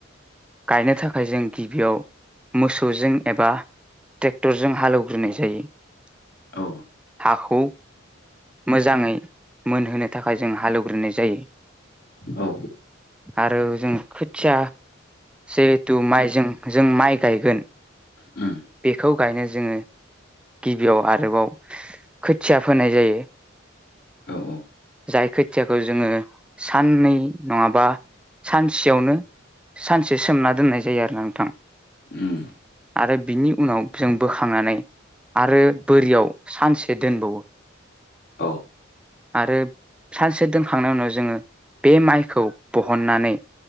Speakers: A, in the centre; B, on the left.
A: गायनो थाखाय जों गिबियाव मोसौजों एबा टेक्टरजों हालेवग्रोनाय जायो <inaudible>
B: औ
A: हाखौ मोजाङै मोनहोनो थाखाय जों हालेवग्रोनाय जायो
B: औ
A: <inaudible> आरो जों खोथिया जिहेथु माइजों जों माइ गायगोन <inaudible>
B: उम
A: बेखौ गायनो जोङो गिबियाव आरोबाव खोथिया फोनाय जायो।
B: औ औ
A: जाय खोथियाखौ जोङो साननै नङाबा सानसेयावनो सानसे सोमना दोननाय जायो आरो नोंथां।
B: उम
A: आरो बिनि उनाव जों बोखांनानै आरो बोरियाव सानसे दोनबावो
B: औ
A: आरो सानसे दोनखांनायनि उनाव जोङो बे माइखौ बहननानै